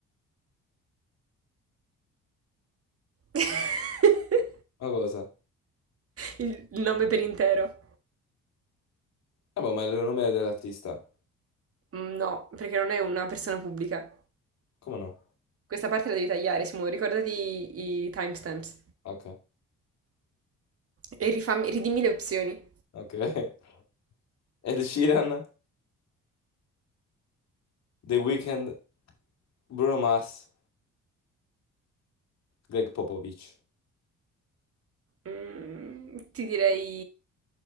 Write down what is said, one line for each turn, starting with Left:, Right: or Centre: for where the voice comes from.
Right: <laughs>
Left: Ma cosa?
Right: Il il nome per intero.
Left: Vabbè, ma è il nome dell'artista.
Right: Mm, No, perché non è una persona pubblica.
Left: Come no?
Right: Questa parte la devi tagliare, Simo, ricordati i timestamps.
Left: Ok,
Right: E rifammi, ridimmi le opzioni.
Left: ok. <laughs> Ed Sheeran, The Weeknd, Bruno Mars, Greg Popovich.
Right: Mm, ti direi...